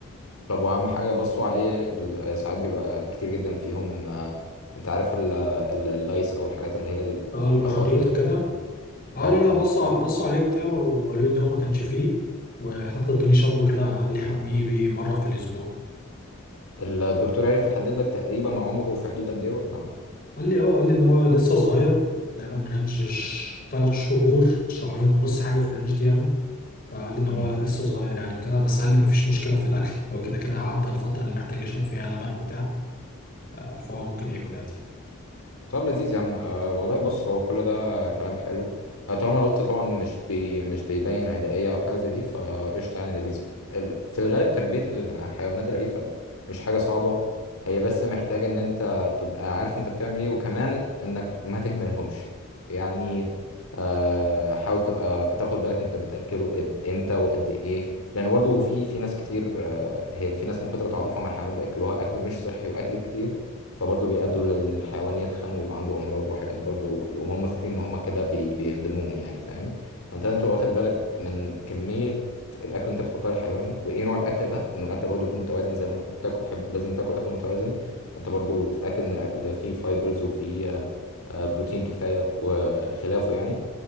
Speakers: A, on the left; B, on the left.
A: طب واهم حاجه بصوا عليه ال- ساعات بيبقى كتير جدا فيهم آه، انت عارف ال- ال- اللايس او الحاجات اللي هي الحشرات
B: اه البراغيث
A: اللي بتعلق
B: وكده
A: فيهم دي.
B: اه
A: اه
B: لا لا بصوا
A: اه
B: بصوا عليه وبتاع وقالوا لي ان هو ما كانش فيه وحتى ادوني شامبو كده قال لي حميه بيه مره في الاسبوع
A: الدكتور عارف يحدد لك تقريبا عمره في حدود قد ايه ولا
B: قال لي اه قال لي ان هو لسه صغير تقريبا رينج ش- تلات شهور شهرين ونص حاجه في الرينج دي يعني فقال لي ان
A: لا
B: هو لسه صغير يعني كده بس قال لي ما فيش مشكله في الاكل هو كده كده عدى الفتره اللي محتاج يشرب فيها لبن وبتاع آه، فهو ممكن ياكل عادي
A: طب لذيذ يا عم أه والله بص هو كل ده كلام حلو أه طالما القط طبعا مش بي مش بيبين عدائية أو حاجة زي دي فقشطة يعني لذيذ ال- في الغالب تربية الحيوانات الأليفة مش حاجة صعبة هي بس محتاجة إن أنت تبقى عارف أنت بتعمل إيه وكمان إنك ما تهملهمش يعني أه حاول تبقى بتاخد بالك أنت بتأكله إد- إمتى وقد إيه لأنه برضو في في ناس كتير أه هي في ناس من كتر تعاطفها مع الحيوانات بيأكلوها أكل مش صحي وأكل كتير فبرضه بيأدوا لأن الحيوان يتخن ويبقى عنده أمراض وحاجات برضه وهم فاكرين إن هم كده بي... بيخدموهم يعني فاهم فأنت لازم تبقى واخد بالك من كمية الأكل اللي أنت بتحطها للحيوان وإيه نوع الأكل ده إنه الأكل برضه يكون متوازن زي ما أنت بتاكل حب... لازم تاكل أكل متوازن فأنت برضه تتأكد إن الأكل ده فيه فايبرز وفيه آه، بروتين كفاية وخلافه يعني